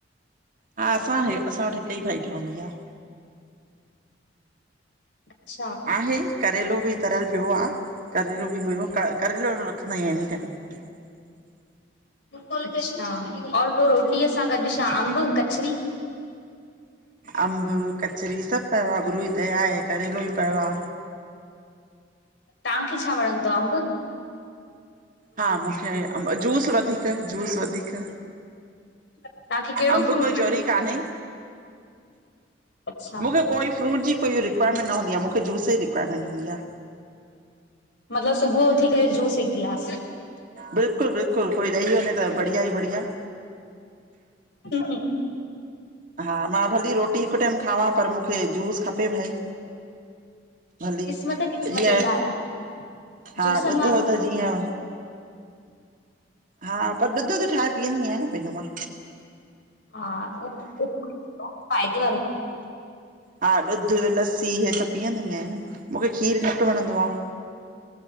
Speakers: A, on the right; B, on the left.
A: हा असां-असां वटि हिकु ई भाॼी ठंवदी आ।
B: अच्छा
A: आहे करेलो बि तरियलि पियो आ, करेलो बि हुयो, करेलो रखंदा आहियूं एनी टाईम। <inaudible>
B: अच्छा और पोइ रोटीअ सां गॾु छा, अम्बु- कचरी?
A: अम्बु- कचरी सभु पयो आ, गुरूअ जी दया आहे, करेलो ॿि पयो आ।
B: तव्हांखे छा वणंदो तव, अम्बु?
A: हा मूंखे अम्बु, जूस वधीक-जूस वधीक।
B: तव्हांखे कहिड़ो
A: अम्बु
B: फ्रूट
A: कोई
B: वणे?
A: जोहरी कान्हे।
B: अच्छा।
A: मुखे कोई फ्रूट जी कोई रिक्वायरमेंट न हूंदी आ, मुखे जूस जीं रिक्वायरमेंट हूंदी आ।
B: मतलबु सुबुह जो उथी करे जूस हिकु ग्लास?
A: बिल्कुल- बिल्कुल कोई ॾई वञे त, बढ़िया ही बढ़िया।
B: हु -हु
A: हा मां भली रोटी हिकु टाईम खावां, पर मूखे जूस खपे भई। भली
B: क़िस्मत
A: जियं,
B: क़िस्मत जी ॻाल्हि आहे
A: हा
B: जूसनि
A: ॾुध
B: वारनि
A: -वुध जीअं हा पर, ॾुध- वुध ठाहे पीहंदी आया न पहिंजो मां।
B: हा फ़ायदे वारो
A: हा ॾुध लस्सी हे सभु पीअंदीं आयां न मां, मूखे खीर घटि वणंदो आ।